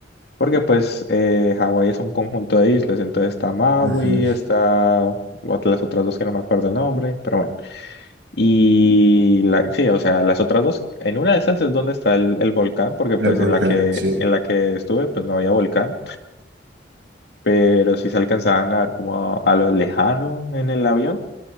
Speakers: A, on the left; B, on the right.
A: Porque pues eh, Hawái es un conjunto de islas, entonces está Maui,
B: Ujú.
A: está ot- las otras dos que no me acuerdo el nombre, pero bueno. Y la, sí, o sea, las otras dos, en una de esas es donde está el, el volcán, porque pues
B: El volcán,
A: en la que,
B: sí.
A: en la que estuve, pues no había volcán, pero sí se alcanzaban a ver como a, a lo lejano en el avión.